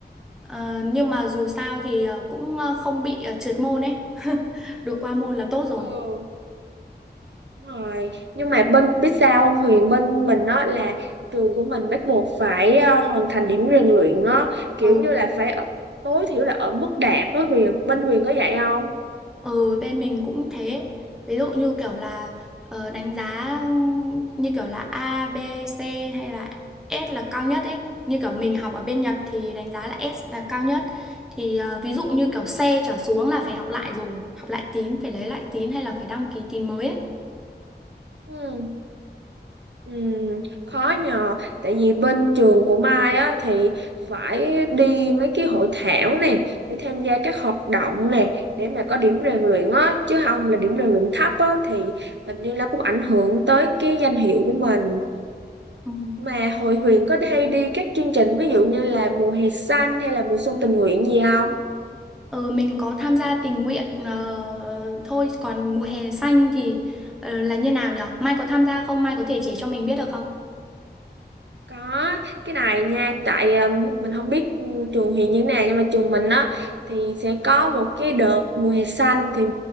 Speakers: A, in the centre; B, on the right.
A: Ờ, nhưng mà dù sao thì ờ, cũng ờ, không bị ờ, trượt môn ấy <laughs> được qua môn là tốt rồi
B: ừ, đúng rồi. Nhưng mà bên biết sao không Huyền bên mình đó là trường của mình bắt buộc phải ờ, hoàn thành điểm rèn luyện á, kiểu
A: Ừ.
B: như là phải ở- tối thiểu là ở mức đạt đó Huyền. Bên Huyền có dạy không?
A: Ừ, bên mình cũng thế. Ví dụ như kiểu là ờ, đánh giá như kiểu là A, B, C hay là S là cao nhất ấy. Như kiểu mình học ở bên Nhật thì đánh giá là S là cao nhất. Thì ờ, ví dụ như kiểu C trở xuống là phải học lại rồi. Học lại tín, phải lấy lại tín hay là phải đăng ký tín mới ấy.
B: Ừ, ừ, khó nhờ tại vì bên trường của Mai á thì phải đi mấy cái hội thảo nè phải tham gia các hoạt động nè để mà có điểm rèn luyện á chứ không là điểm rèn luyện thấp á thì hình như là cũng ảnh hưởng tới cái danh hiệu của mình
A: Ừ.
B: mà hội Huyền có hay đi các chương trình ví dụ như là mùa hè xanh hay là mùa xuân tình nguyện gì không
A: Ừ, mình có tham gia tình nguyện ờ, thôi. Còn mùa hè xanh thì ờ, là như nào nhở? Mai có tham gia không? Mai có thể chỉ cho mình biết được không?
B: Có cái này nha tại um, mình không biết um, trường hiện như thế nào nhưng mà trường mình á thì sẽ có một cái đợt mùa hè xanh thì